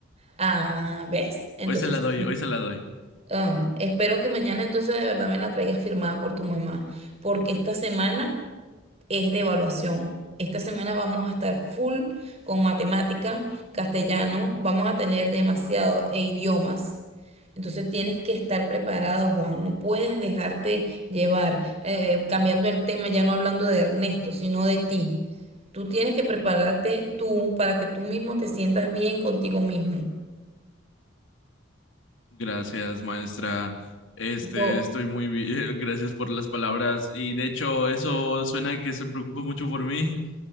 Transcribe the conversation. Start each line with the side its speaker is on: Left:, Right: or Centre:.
Right: Ah, ¿ves? Entonces,
Left: hoy se la doy, hoy se la doy.
Right: um, espero que mañana entonces de verdad me la traigas firmada por tu mamá, porque esta semana es de evaluación. Esta semana vamos a estar full con matemática, castellano, vamos a tener demasiado e idiomas. Entonces tienes que estar preparado, Juan. No puedes dejarte llevar, eh, eh, cambiando el tema, ya no hablando de Ernesto, sino de ti. Tú tienes que prepararte tú para que tú mismo te sientas bien contigo mismo.
Left: Gracias, maestra. Este,
Right: Yo
Left: estoy muy bien, <laughs> gracias por las palabras y de hecho eso suena que se preocupa mucho por mí.